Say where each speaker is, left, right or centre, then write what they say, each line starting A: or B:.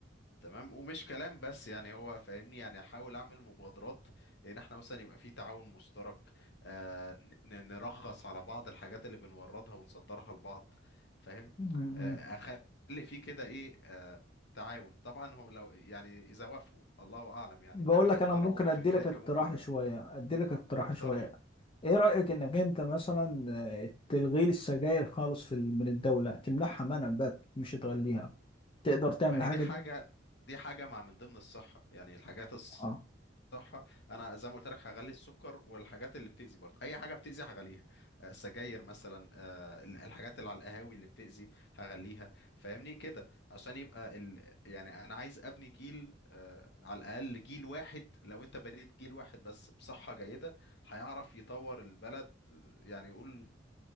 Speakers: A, on the left; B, on the left.
A: تمام ومش كلام بس يعني هو فاهمني يعني احاول اعمل مبادرات ان احنا مثلا يبقى في تعاون مشترك آه ن- نرخص على بعض الحاجات اللي بنوردها ونصدرها لبعض فاهم
B: <laughs>
A: آه اخلي في كده ايه آه تعاون طبعا هو لو يعني اذا وافقوا الله اعلم يعني
B: بقول
A: ممكن
B: لك
A: يقتنعوا
B: انا ممكن
A: بفكرتي
B: ادي لك اقتراح
A: وممكن لا
B: شويه ادي لك اقتراح
A: اقترح
B: شويه ايه رايك انك انت مثلا آه، تلغي لي السجاير خالص في ال- من الدوله تمنعها منع بقى مش تغليها تقدر تعمل
A: ما
B: الحاجه
A: هي دي حاجة
B: دي
A: دي حاجة مع من ضمن الصحة يعني الحاجات
B: اه
A: صح انا زي ما قلت لك هغلي السكر والحاجات اللي بتأذي برضه اي حاجه بتأذي هغليها آه، سجاير مثلا آه، ال- الحاجات اللي على القهاوي اللي بتأذي هغليها فاهمني كده عشان يبقى ال... يعني انا عايز ابني جيل آه، على الاقل جيل واحد لو انت بنيت جيل واحد بس بصحه جيده هيعرف يطور البلد آه، يعني يقول